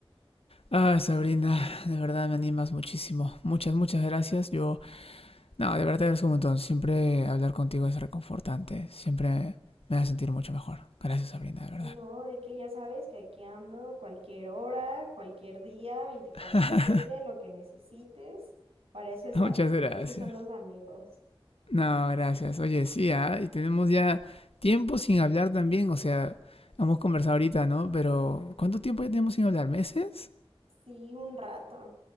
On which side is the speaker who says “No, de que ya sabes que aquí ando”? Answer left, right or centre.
Right